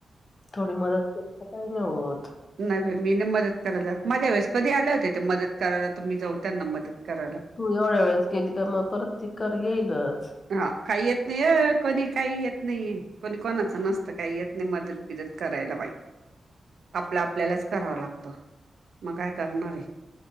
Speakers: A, on the left; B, on the right.
A: थोडी मदत केली तर काय नाय होत.
B: नाय मी नाय मदत करायला जात माझ्या वेळेस कधी आल्या होत्या त्या मदत करायला त मी जाऊ त्यांना मदत करायला.
A: तू एवढ्या वेळेस गेली का मग परत कर येईलच.
B: हा काय येत नाय अ कोणी काही येत नाहीेये. कोणी कोणाचं नसतं काही येत नाही मदत बिदत करायला बाई आपलं आपल्यालाच करावं लागतं मग काय करणारये.